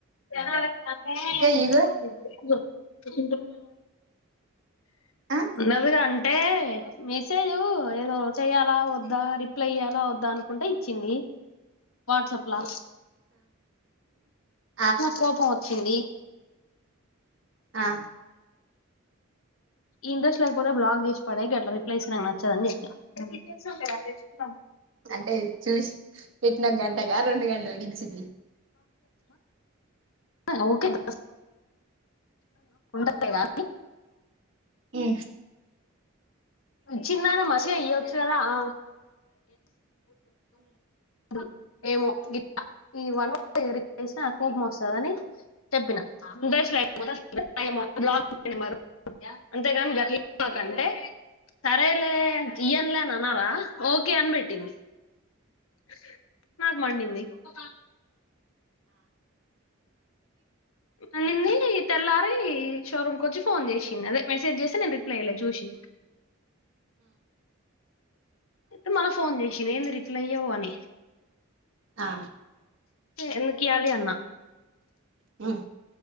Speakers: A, on the left; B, on the right.
A: చ <unintelligible>
B: ఈగో ఆ
A: వున్నదిగా అ పే మెసేజ్ ఏదో చెయ్యాలా వద్దా రిప్లై ఇయ్యాలా వద్దా అను అనుకుంటా ఇచ్చింది. వాట్సాప్ లా
B: ఆ
A: నా కోపం వచ్చింది.
B: ఆ
A: ఇంట్రెస్ట్ లేకపోతే బ్లాగ్ చేసి పడే అట్లా రిప్లైస్ నాకు నచ్చదని చెప్పిన
B: అంటే చూసి పెట్టిన గ గంట రెండుగంటలకు గిచ్చింది
A: ఓకే <unintelligible> అంతేగా
B: హు
A: ఇచ్చిందన మంచుగా ఇయ్యాచు కదా ఆ <unintelligible> ఏమో ఈ వన్ వార్డ్ కి కోపం వస్తుందని చెప్పిన ఇంట్రెస్ట్ లేకపోతే బ్లాక్ చేయమను అంతేగాని గట్లా చేయమాకు అంటే సరేలే ఇయన్లే అనాలా ఒకే ఒకే అనిబెట్టింది. యాస్ యే నాకు మండింది ఓ అనింది తెల్లారి షోరూంకి వచ్చి ఫోన్ చేసింది. అదే మెసేజ్ చేస్తే నేను రిప్లై ఈలే చూసి, ఐతే మళ్ళ ఫోన్ చేసింది. ఇచ్చింది రిప్లై ఈయవు అని
B: ఆ
A: ఎందుకియాలి అన్న
B: మ్మ్